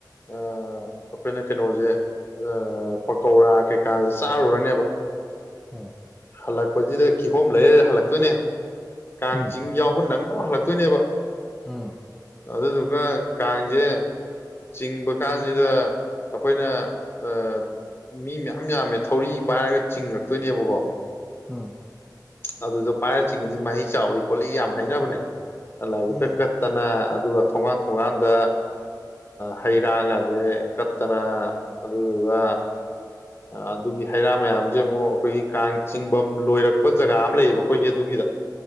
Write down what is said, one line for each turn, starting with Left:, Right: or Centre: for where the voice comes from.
Left: ꯑꯩꯈꯣꯏꯅ ꯀꯩꯅꯣꯖ‌ꯦ ꯑ ꯄꯀꯧꯔꯥ ꯀꯩꯀꯥꯁꯦ ꯆꯥꯔꯨꯔꯅꯦꯕ
Centre: ꯎꯝ
Left: ꯍꯜꯂꯛꯄꯁꯤꯗ ꯀꯤꯍꯣꯝ ꯂꯩꯔ ꯍꯜꯂꯛꯇꯣꯏꯅꯦ ꯀꯥꯡ
Centre: ꯎꯝ ꯎꯝ
Left: ꯆꯤꯡ ꯌꯥꯎꯕ ꯅꯪ ꯄꯨꯂꯞ ꯍꯜꯂꯛꯇꯣꯏꯅꯦꯕ
Centre: ꯎꯝ
Left: ꯑꯗꯨꯗꯨꯒ ꯀꯥꯡꯖ‌ꯦ ꯆꯤꯡꯕ ꯀꯥꯟꯁꯤꯗ ꯑꯩꯈꯣꯏꯅ ꯑꯥ ꯃꯤ ꯃꯌꯥꯝ ꯌꯥꯝꯃꯦ ꯊꯧꯔꯤ ꯄꯥꯏꯔꯒ ꯆꯤꯡꯉꯛꯇꯣꯏꯅꯦꯕꯀꯣ
Centre: ꯎꯝ
Left: ꯑꯗꯨꯗꯣ ꯄꯥꯏꯔꯥ ꯆꯤꯡꯑꯗ ꯃꯍꯩ ꯆꯥꯎꯏ ꯈꯣꯠꯂꯤ ꯌꯥꯝ ꯍꯥꯏꯅꯕꯅꯦ ꯂꯥꯏꯕꯛꯇ
Centre: ꯎꯝ
Left: ꯀꯠ ꯇꯅ ꯑꯗꯨꯒ ꯊꯣꯒꯥꯟ ꯊꯣꯡꯒꯥꯟꯗ ꯍꯩ ꯔꯥꯒꯁꯦ ꯀꯠꯇꯅ ꯑꯗꯨꯗꯨꯒ ꯑꯗꯨꯒꯤ ꯍꯩꯔꯥ ꯃꯌꯥꯝꯁꯦ ꯑꯃꯨꯛ ꯑꯩꯈꯣꯏꯒꯤ ꯀꯥꯡ ꯆꯤꯡꯐꯝꯝ ꯂꯣꯏꯔꯛꯄ ꯖꯒꯥ ꯑꯃ ꯂꯩꯌꯦꯕ ꯑꯩꯈꯣꯏꯒꯤ ꯑꯗꯨꯒꯤꯗ <inaudible>